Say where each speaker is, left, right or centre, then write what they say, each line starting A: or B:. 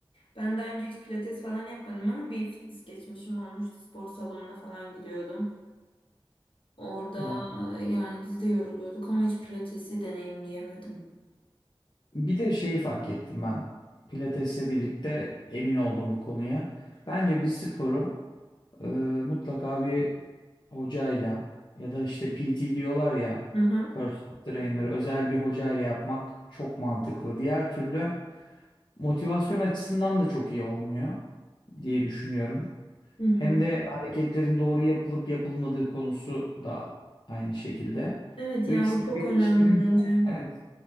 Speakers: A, on the left; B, on the left.
A: Ben daha önce hiç pilates falan yapmadım ama bir fitness geçmişim olmuştu. Spor salonuna falan gidiyordum. Orada
B: Ulan.
A: yani biz de yoruluyorduk ama hiç pilatesi deneyimleyemedim.
B: Bir de şeyi fark ettim ben. Pilatesle birlikte emin oldum bu konuya. Bence bir sporu Ee, mutlaka bir hocayla ya da işte PT diyorlar ya
A: Hı hı.
B: personal trainer özel bir hocayla yapmak çok mantıklı. Diğer türlü motivasyon açısından da çok iyi olmuyor diye düşünüyorum.
A: Hı hı.
B: Hem de hareketlerin doğru yapılıp yapılmadığı konusu da aynı şekilde.
A: Evet
B: Bu
A: ya
B: ikisini
A: o çok
B: birleştirince
A: önemli bence.
B: evet